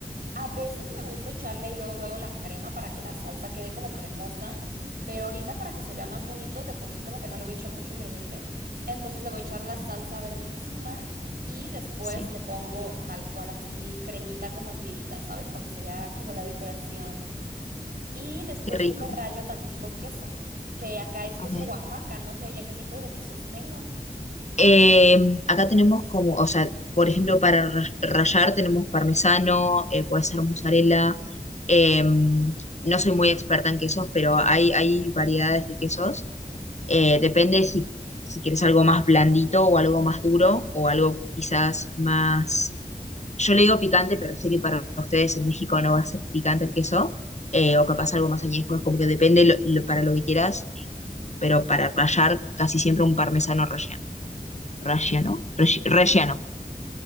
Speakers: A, on the right; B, on the left.
A: A veces me gusta echarle y luego luego la crema para que la salsa quede como cremosa, pero ahorita para que se vea más bonito, de por sí como que no le voy a echar mucho ingrediente, entonces le voy a echar la salsa verde encima y después
B: sí,
A: le pongo tal cual así cremita como en tiritas, ¿sabes? Para que se vea como la decoración. Y después
B: Qué rico.
A: le rayo tantito queso, que acá es queso
B: ok.
A: Oaxaca, no sé ya qué tipo de quesos tengan.
B: Eh, acá tenemos como, o sea, por ejemplo, para rayar tenemos parmesano, eh, puede ser mozzarella. eh, no soy muy experta en quesos, pero hay, hay variedades de quesos. Eh, depende si, si quieres algo más blandito o algo más duro o algo quizás más Yo le digo picante, pero sé que para ustedes en México no va a ser picante el queso, eh, o capaz algo más añejo, es como que depende lo- lo- para lo que quieras, eh, pero para rallar casi siempre un parmesano relleno.
A: Ok.
B: ¿Relleno? Rell- Relleno.